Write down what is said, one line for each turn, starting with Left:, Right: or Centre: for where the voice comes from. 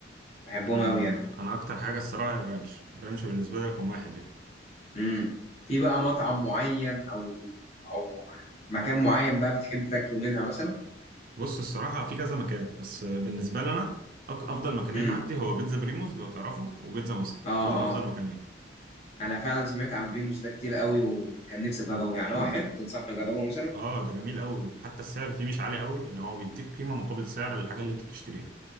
Left: بحبهم
Right: لا، انا
Left: قوي يعني
Right: انا اكتر حاجة الصراحة الرانش الرانش بالنسبة لي رقم واحد يعني
Left: امم في بقى مطعم معين او او مكان معين بقى بتحب تاكله منها مثلا
Right: بص الصراحة في كذا مكان بس بالنسبة لي انا أك- افضل مكانين
Left: امم
Right: عندي هو بيتزا بريموز لو تعرفه وبيتزا ماستر
Left: اه
Right: دول افضل
Left: اه
Right: مكانين
Left: انا فعلا سمعت عن بيموس ده كتير قوي وكان نفسي اجربه يعني هو حلو تنصحني اجربه مثلا
Right: اه ده جميل قوي وحتى السعر فيه مش عالي قوي يعني هو بيديك قيمة مقابل سعر الحاجة اللي انت بتشتريها